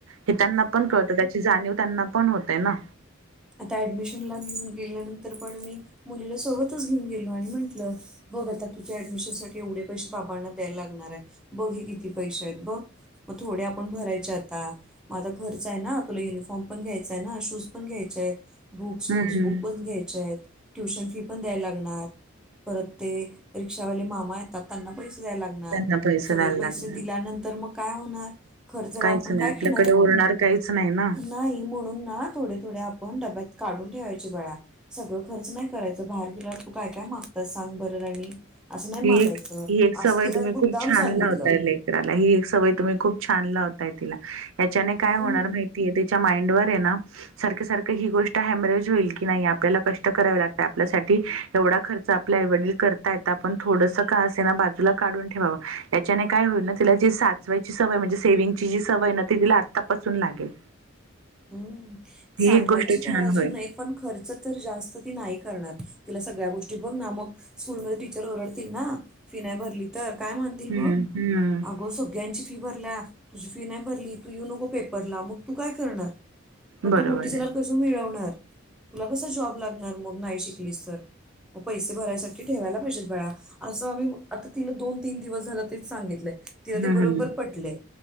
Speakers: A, on the right; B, in the centre.
A: हे त्यांना पण कळतं त्याची जाणीव त्यांना पण होतेय ना.
B: आता ॲडमिशनला घेऊन गेल्यानंतर पण मी मुलीला सोबतच घेऊन गेलो आणि म्हटलं बघ आता तुझ्या ऍडमिशन साठी एवढे पैसे बाबांना द्यायला लागणार हाय बघ हे किती पैसे आहेत बघ. मग थोडे आपण भरायचे आता माझा खर्च आहे ना तुला युनिफॉर्म पण घ्यायचांय ना शूज पण घ्यायच बुक्स
A: हम्म
B: नोट्सबुक पण घ्यायच्या आहेत ट्युशन फी पण द्यायला लागणार परत ते री रिक्षावाले मामा येतात त्यांना पैसे द्याय लागणार. सगळे
A: त्यांना पैसे द्यायला
B: पैसे
A: लागणार
B: दिल्यानंतर मग काय होणार. खर्च जरा
A: काहीच
B: आपण
A: नाही
B: काय
A: आपल्याकडे
B: खाणार
A: उरणार
B: मग,
A: काहीच नाही ना
B: नाही म्हणून ना थोडे थोडे आप पण डब्यात काढून ठेवायची बाळा. सगळं खर्च नाही करायचं बाहेर गेला तू काय, काय मागत सांग बरं राणी. असं नाही
A: ही
B: मागायचं
A: एक ही एक सवय
B: असं तिला
A: तुम्ही
B: मुद्दाम
A: खूप छान
B: सांगितलं
A: लावताय ही एक सवय तुम्ही खूप छान लावताय तिला याच्याने काय
B: हम्म,
A: होणार माहिती ती तिच्या माइंडवर हे ना सारख, सारख ही गोष्ट हॅमरेज होईल की नाही आपल्याला कष्ट करावे लागत आपल्यासाठी एवढा खर्च आपले आई वडील करताय, ताप पण थोडस का असे ना बाजूला काढून ठेवाव याच्याने काय होईल ना तिला जे साठवाचवायची सवय म्हणजे सेविंगची सवय ना तिला आत्तापासून लागेल
B: हम्म,
A: ही
B: साठवायची
A: एक गोष्ट
B: काय
A: छान
B: अजून
A: होईल.
B: नाही पण खर्च तर जास्त ती नाही करणार तिला सगळ्या गोष्टी बघ ना मग स्कूलमध्ये टीचर ओरडतील ना फी नाही भरली तर काय म्हणतील
A: हम्म
B: मग
A: हम्म
B: अगो सगळ्यांची फी भरल्या तुझी फी नाही भरली तू येऊ नको पेपरला मग तू काय करणार? मग
A: बरोबर
B: तू मोठी झाल्यावर
A: आहे.
B: कस मिळवणार? तुला कसं जॉब लागणार मग नाही शिकलीस तर मग पैसे भरायसाठी ठेवायला पाहिजेत बाळा. असं आम्ही आता तिला दोन तीन दिवस झालं तेच सांगितलंय. तिला ते
A: हम्म
B: बरोबर
A: हम्म
B: पटलेय